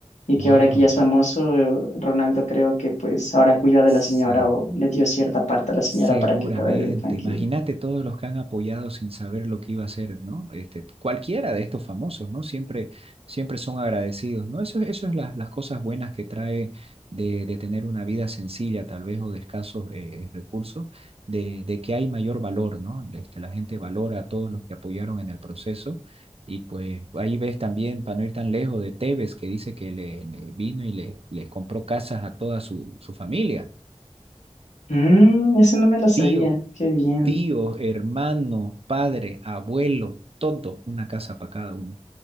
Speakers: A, on the left (about 85°); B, on the right (about 55°).
A: Y
B: Wow,
A: que ahora que ya es famoso, Ronaldo creo que pues ahora cuida de
B: se
A: la señora o le dio cierta parte a la señora
B: Seguramente,
A: para que pueda vivir tranquilo.
B: imagínate todos los que han apoyado sin saber lo que iba a hacer, ¿no? Este, cualquiera de estos famosos, ¿no? Siempre, siempre son agradecidos, ¿no? Eso, eso es la- las cosas buenas que trae de, de tener una vida sencilla, tal vez, o de escasos eh, recursos, de, de que hay mayor valor, ¿no? Este, la gente valora a todos los que apoyaron en el proceso. Y pues ahí ves también, para no ir tan lejos, de Tevez, que dice que le, le vino y le, le compró casas a toda su, su familia.
A: Mmm, ese no me la sabía.
B: Tío,
A: Qué bien.
B: tío, hermano, padre, abuelo, todo, una casa para cada uno.